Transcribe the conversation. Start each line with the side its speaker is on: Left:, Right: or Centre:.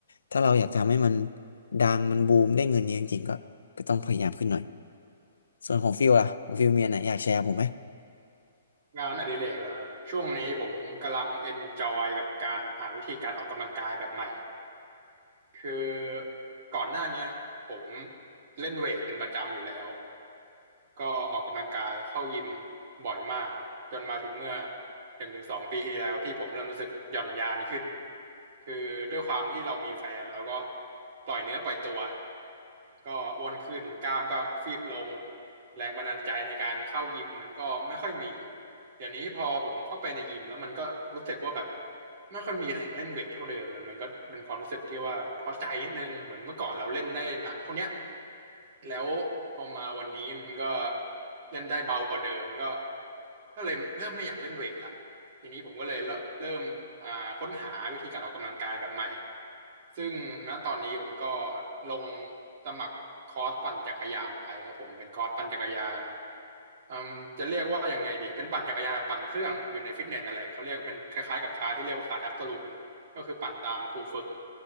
Left: ถ้าเราอยากจะทำให้มันดังมันบูมได้เงินเยอะจริงๆก็ก็ต้องพยายามขึ้นหน่อยส่วนของฟิลล่ะของฟิลมีอันไหนอยากแชร์ผมไหม
Right: งานอดิเรกเหรอครับช่วงนี้ผมกำลังเอนจอยกับการหาวิธีการออกกำลังกายแบบใหม่คือก่อนหน้าเนี้ยผมเล่นเวทเป็นประจำอยู่แล้วก็ออกกำลังกายเข้ายิมบ่อยมากจนมาถึงเมื่อหนึ่งถึงสองปีที่แล้วที่ผมเริ่มรู้สึกหย่อนยานขึ้นคือด้วยความที่เรามีแฟนแล้วก็ปล่อยเนื้อปล่อยตัว ก็อ้วนขึ้นกล้ามก็ฟีบลงแรงบันดาลใจในการเข้ายิมมันก็ไม่ค่อยมีเดี๋ยวนี้พอผมเข้าไปในยิมแล้วมันก็รู้สึกว่าแบบไม่ค่อยมีแรงเล่นเวทเท่าเดิมแล้วมันก็เป็นความรู้สึกที่ว่าท้อใจนิดนึงเหมือนเมื่อก่อนเราเล่นได้หนักเท่าเนี้ยแล้วพอมาวันนี้มันก็เล่นได้เบากว่าเดิมก็ก็เลยเริ่มไม่อยากเล่นเวทละ ทีนี้ผมก็เลยเริ่มเริ่มอ่าค้นหาวิธีการออกกำลังกายแบบใหม่ซึ่งณตอนนี้ผมก็ลงสมัครคอร์สปั่นจักรยานไปครับผมเป็นคอร์สปั่นจักรยานอืมจะเรียกว่ายังไงดีเป็นปั่นจักรยานแบบปั่นเครื่องอยู่ในฟิตเนสนั่นแหละเขาเรียกเป็นคล้ายๆกับคลาสที่เรียกว่าคลาสแอบโซลูทนะก็คือปั่นตามครูฝึก